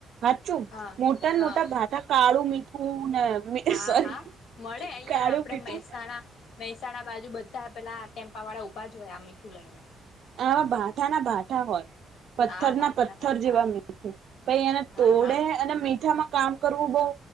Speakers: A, on the right; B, on the left.
A: હાું
B: હા
A: મોટા ને
B: હા
A: મોટા ગાટા કાળું મીઠુંને
B: હા
A: સોરી
B: હા મળે અહિયાં
A: કાળું
B: આપડે
A: મીઠું
B: મહેસાણા મહેસાણા બાજુ બધા પેલા ટેમ્પા વાળા ઉઊભા જ હોય આ મીઠું લઈને
A: હવા ભાઠા ના ભાઠા હોય પથ્થર
B: હા ભાઠા
A: ના પથ્થર
B: ભાઠા
A: જેવા
B: આવે.
A: મીઠું પ એને
B: હા
A: તોડે
B: હા
A: અને મીઠામાં કામ કરવું બહ